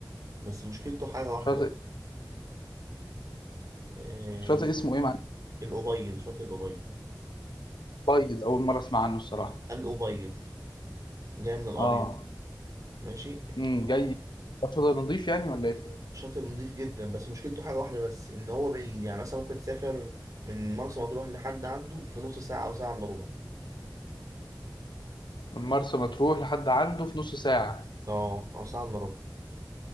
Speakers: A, on the right; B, on the left.
A: بس مشكلته حاجة واحدة
B: شاطئ
A: بس إن
B: شاطئ اسمه ايه معلش
A: الأبيض شاطئ الأبيض
B: بيض اول مره اسمع عنه الصراحه
A: الأبيض جاي من الأبيض
B: اه
A: ماشي
B: امم جاي شاطئ نظيف يعني ولا ايه
A: شاطئ نضيف جدا بس مشكلته حاجة واحدة بس إن هو بعيد يعني مثلا ممكن تسافر من مرسى مطروح لحد عنده في نص ساعة أو ساعة إلا ربع
B: من مرسى مطروح لحد عنده في نص ساعه
A: اه أو ساعة إلا ربع